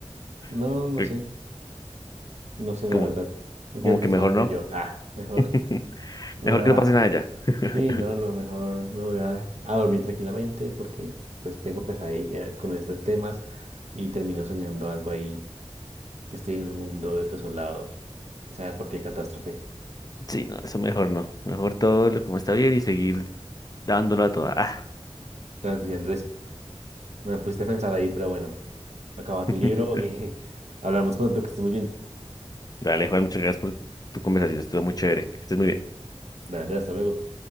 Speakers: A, on the right (about 85°); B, on the left (about 35°).
A: No,
B: <laughs>
A: no
B: Que-
A: sé. No sé, la
B: Como,
A: verdad. No
B: como
A: quiero pensar
B: que mejor
A: en
B: no.
A: ello. Ah, mejor
B: <laughs>
A: me
B: Mejor
A: voy a...
B: que no pase nada ya. <laughs>
A: Sí, no, no, mejor me voy a, a dormir tranquilamente porque después tengo pesadillas con estos temas y termino soñando algo ahí, que estoy en un mundo desolado. ¿Quién sabe por qué catástrofe?
B: Sí, no, eso mejor no. Mejor todo lo como está bien y seguir dándolo a toda. Ah.
A: Claro que sí, Andrés. Me pusiste a pensar ahí, pero bueno. Acaba tu
B: <laughs>
A: libro y <laughs> hablamos pronto, que estés muy bien.
B: Dale, Juan, muchas gracias por tu conversación. Estuvo muy chévere. Que Estés muy bien.
A: Dale, Andrea, hasta luego.